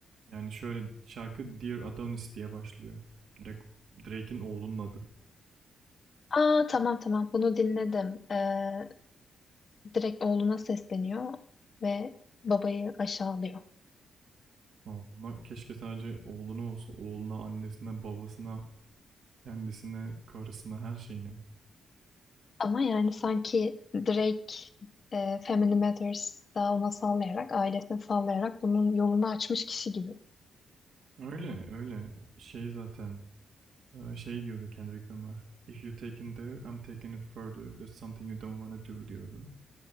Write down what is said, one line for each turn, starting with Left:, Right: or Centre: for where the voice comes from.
Right: Yani şöyle şarkı Dear Adonis diye başlıyor. Direkt Drake'in oğlunun adı.
Left: Aa tamam tamam bunu dinledim. Ee, direkt oğluna sesleniyor ve babayı aşağılıyor.
Right: Oğluna, keşke sadece oğluna olsa. Oğluna, annesine, babasına, kendisine, karısına, her şeyine.
Left: Ama yani sanki Drake e, Family Matters daha ona sallayarak, ailesine sallayarak bunun yolunu açmış kişi gibi.
Right: Öyle öyle. Şey zaten e, şey diyordu Kendrick Lamar. If you taken there, I'm taking it further. There's something you don't wanna do diyordu.